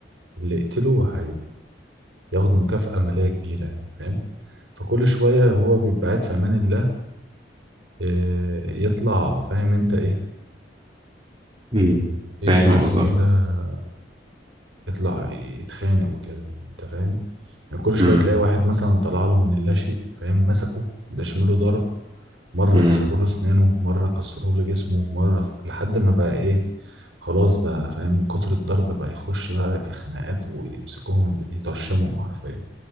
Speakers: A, on the right; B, on the right.
A: اللي يقتله ياخد مكافأة مالية كبيرة يعني فاهم فكل شوية هو بيبقى قاعد في أمان الله آه، يطلع فاهم أنت إيه
B: مم.
A: يطلع
B: فاهم
A: اسمه
B: قصدك
A: إيه ده يطلع يتخانق وكده أنت فاهم يعني كل شوية
B: مم.
A: تلاقي واحد مثلا طلع له من اللاشيء فاهم مسكه دشمله ضرب مرة
B: مم.
A: يكسروا له أسنانه مرة كسروا له جسمه مرة ف... لحد ما بقى إيه خلاص بقى فاهم من كتر الضرب بقى يخش بقى في خناقات ويمسكوهم يطرشمهم حرفيا